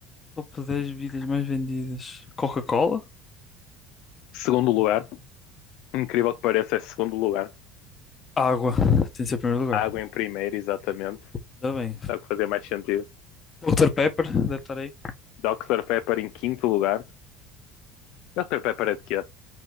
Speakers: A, on the left (about 30°); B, on the left (about 65°).
A: Top 10 bebidas mais vendidas. Coca-Cola?
B: Segundo lugar, incrível que pareça, é segundo lugar.
A: Água. Tem de ser em primeiro lugar.
B: Água em primeiro, exatamente.
A: Ainda bem.
B: Dá o que fazer mais sentido.
A: Dr. Pepper, deve estar aí.
B: Dr. Pepper em quinto lugar. Dr. Pepper é de quê?